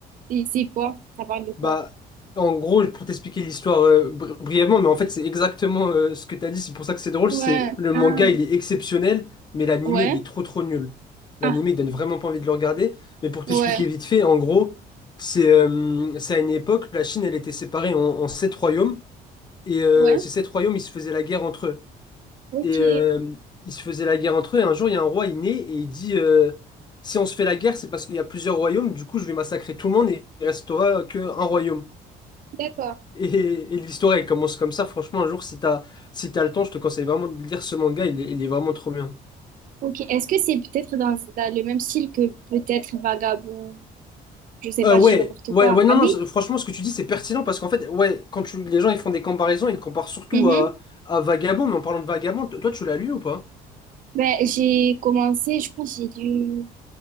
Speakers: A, on the right; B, on the left.
A: c'est c'est quoi? Ça parle de quoi?
B: Bah, en gros, pour t'expliquer l'histoire euh, bri- brièvement, mais en fait, c'est exactement euh, ce que t'as dit. C'est pour ça que c'est drôle.
A: Ouais.
B: C'est le
A: Ah.
B: manga, il est exceptionnel, mais l'anime
A: Ouais.
B: il est trop trop nul. l'anime
A: Ah.
B: il donne vraiment pas envie de le regarder. Mais pour t'expliquer
A: Ouais.
B: vite fait, en gros, c'est euh, c'est à une époque, la Chine, elle était séparée en, en sept royaumes, et euh,
A: Ouais.
B: ces sept royaumes, ils se faisaient la guerre entre eux.
A: Ok.
B: Et euh, ils se faisaient la guerre entre eux. Et un jour, il y a un roi, il naît et il dit. euh, Si on se fait la guerre, c'est parce qu'il y a plusieurs royaumes, du coup je vais massacrer tout le monde et il restera qu'un royaume.
A: D'accord.
B: Et, et l'histoire, elle commence comme ça. Franchement, un jour, si t'as, si t'as le temps, je te conseille vraiment de lire ce manga. Il est, il est vraiment trop bien.
A: Ok. Est-ce que c'est peut-être dans, dans le même style que peut-être Vagabond? Je sais
B: Euh,
A: pas,
B: ouais,
A: je dis n'importe
B: ouais,
A: quoi.
B: ouais, non,
A: Ah
B: non,
A: oui?
B: c'est- franchement, ce que tu dis, c'est pertinent parce qu'en fait, ouais, quand tu, les gens ils font des comparaisons, ils comparent surtout
A: Mhm.
B: à, à Vagabond. Mais en parlant de Vagabond, t- toi, tu l'as lu ou pas?
A: Ben, j'ai commencé, je pense, j'ai lu